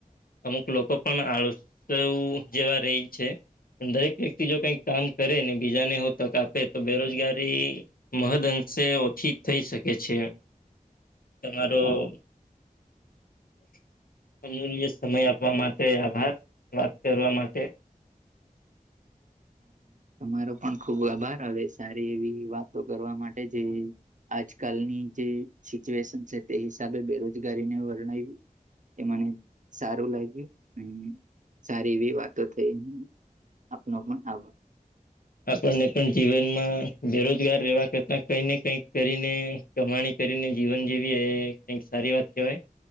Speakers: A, on the left; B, on the right.
A: અમુક લોકો પણ આળસુ જેવા રહી છે દરેક વ્યક્તિ જો કઈ કામ કરે ને બીજાને હો તક આપે તો બેરોજગારી મહદઅંશે ઓછી થઈ શકે છે. તમારું <inaudible> અમૂલ્ય સમય આપવા માટે આભાર વાત કરવા માટે
B: મારો પણ ખુબ આભાર આવે સારી એવી વાતો કરવા માટે જે આજકાલની જે સિચ્યુએશન છે તે હિસાબે બેરોજગારીને વર્ણ્ય એ મને સારું લાગ્યું અને સારી એવી વાતો થઈ આપનો પણ આભાર.
A: હ આપણને પણ જીવનમાં બેરોજગાર રહેવા કરતા કઈ ને કઈક કરીને કમાણી કરીને જીવન જેવી એ કઈક સારી વાત કેહેવાય